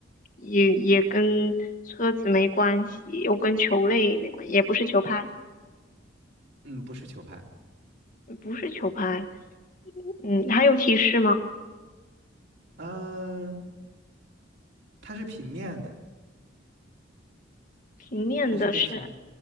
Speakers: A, on the left; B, on the right.
A: 也也跟车子没关系，又跟球类没关系，也不是球拍，
B: 嗯，不是球拍，
A: 嗯不是球拍。嗯，还有提示吗？
B: 嗯、它是平面的，
A: 平面的是
B: 它是一个平，